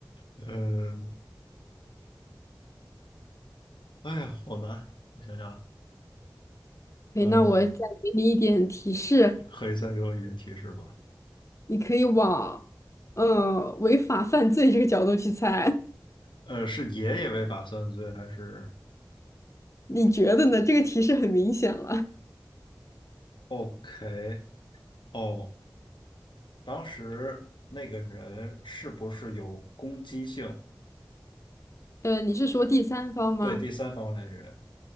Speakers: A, on the left; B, on the left.
A: 嗯，哎呀，好难，我想想，
B: 哎，
A: 嗯，
B: 那我再给你一点提示，
A: 可以再给我一点提示吧？
B: 你可以往呃违法犯罪这个角度去猜，
A: 呃，是爷爷违打算罪还是
B: <laughs> 你觉得呢？这个提示很明显了。
A: ？OK，哦，当时那个人是不是有攻击性？
B: 呃，你是说第三方吗？
A: 对第三方的人，